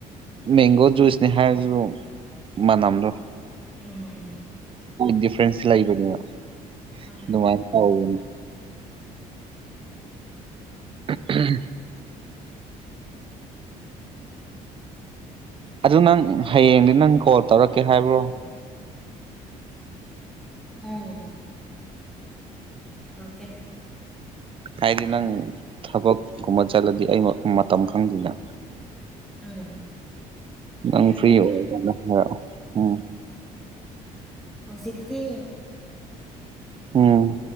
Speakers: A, on the right; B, in the centre.
A: ꯃꯦꯡꯒꯣꯁꯨꯨꯁꯅꯦꯍꯥꯁꯨ ꯃꯅꯥꯝꯗꯣ
B: ꯎꯝ
A: ꯗꯤꯐ꯭ꯔꯦꯟꯁ ꯂꯩꯕꯅꯦꯕ
B: ꯈꯪꯉꯦ
A: ꯑꯗꯨꯃꯥꯏꯅ ꯇꯧꯕꯅꯦ ꯎꯝ ꯑꯗꯨ ꯅꯪ ꯍꯌꯦꯡꯗꯤ ꯅꯪ ꯀꯣꯜ ꯇꯧꯔꯛꯀꯦ ꯍꯥꯏꯕ꯭ꯔꯣ
B: ꯎꯝ ꯊꯧꯔꯀꯦ
A: ꯍꯥꯏꯗꯤ ꯅꯪ ꯊꯕꯛꯀꯨꯝꯕ ꯆꯠꯂꯗꯤ ꯑꯩ ꯃꯇꯝ ꯈꯪꯗ꯭ꯅ
B: ꯎꯝ
A: ꯅꯪ
B: ꯑꯩ ꯍꯥꯏꯔꯛꯀꯦ
A: ꯐ꯭ꯔꯤ ꯑꯣꯏꯔ ꯀꯅ ꯍꯥꯏꯔꯑꯣ ꯎꯝ
B: ꯍꯧꯖꯤꯛ ꯊ
A: ꯎꯝ